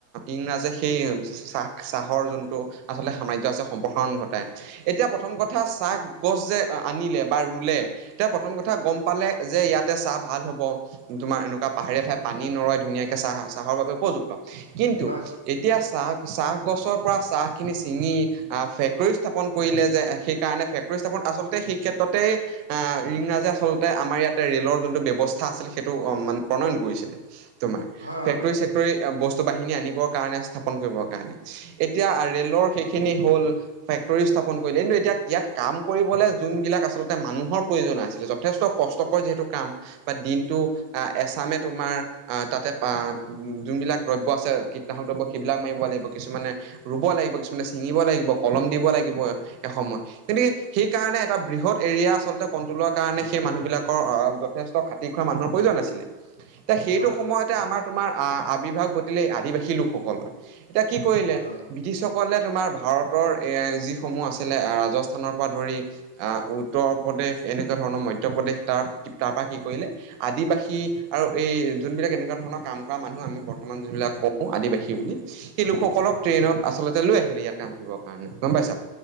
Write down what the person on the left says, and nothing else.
হয়
হয়
হয়
হয়